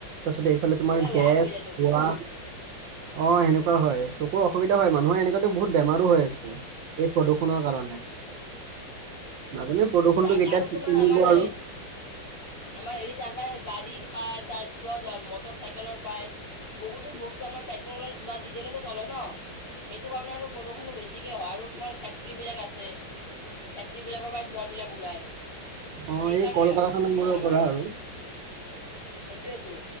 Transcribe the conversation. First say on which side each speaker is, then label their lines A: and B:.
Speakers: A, on the right; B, on the left.
A: তাৰপিছ এইফালে তোমাৰ
B: পুৰা লাল
A: গেছ,
B: হৈ যায় চকু
A: ধোৱা
B: বিলাক।
A: অ' হেনেকুৱা হয় চকুৰ অসুবিধা হয়। মানুহে এনেকুৱাতো বহুত বেমাৰও হৈ আছে। এই প্ৰদূষণৰ কাৰণে। নাজানো প্ৰদূষণটো
B: আৰু
A: কেতিয়া
B: আৰু
A: ঠিক
B: তোমাৰ
A: কৰিব
B: আমাৰ
A: আৰু
B: এই আমাৰ হেৰি তাৰ পৰা গাড়ীৰ পায়, তাৰ পিছত মটৰচাইকেলৰ পায়। বহুতো বস্তু আমাৰ পেট্ৰলৰ বা ডিজেলতে চলে ন? সেইটো কাৰণে আৰু প্ৰদূষণটো বেছিকৈ হয়। আৰু তোমাৰ ফেক্টৰী বিলাক আছে। ফেক্টৰি বিলাকৰ পৰা ধোৱা বিলাক ওলাই,
A: অঁ
B: সেইকাৰণে
A: এই কল
B: আৰু।
A: কাৰখানাবোৰৰ
B: আৰু আমাৰ
A: পৰা আৰু
B: সেইটোৱেটো।